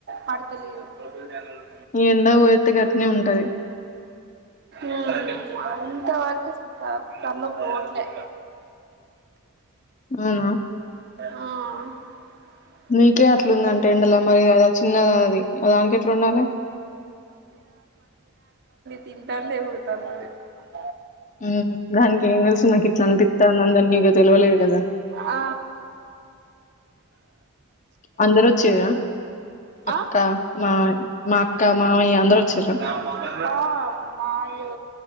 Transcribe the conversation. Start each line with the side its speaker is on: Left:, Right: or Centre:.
Right: పడతలేదు. <unintelligible>
Left: ఈ ఎండ కి పోతే గట్నే ఉంటది.
Right: ఊమ్మ్ అంత వరకు అసల్ త తలనొప్పి పోవట్లే
Left: అవునా
Right: ఆ
Left: నీకే అట్లుందంటే ఎండలో మరి దా చిన్నది అది దానికి ఎట్ల ఉండాలే
Right: తింటాంది ఇప్పుడు <unintelligible>
Left: ఉం దానికి ఏం తెలిసు నాకు ఇట్లా అని పిత్తాంది అని దానికి ఇక తెలివలేదు కదా.
Right: ఆ
Left: అందరు వచ్చిర్రా అక్క
Right: ఆ
Left: మామయ్య మా అక్క మామయ్య అందరు వచ్చిర్రా
Right: ఆ మాయో